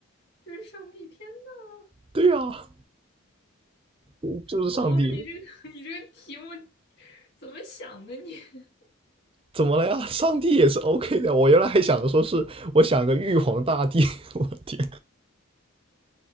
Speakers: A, on the left; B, on the right.
A: 就是上帝。天呐，
B: 对呀、嗯就是上帝。
A: 哦，你这个 <laughs> 你这个题目怎么想的你？<laughs>
B: 怎么了呀？上帝也是 OK 的。我原来还想着说是我想个玉皇大帝，<laughs> 我天！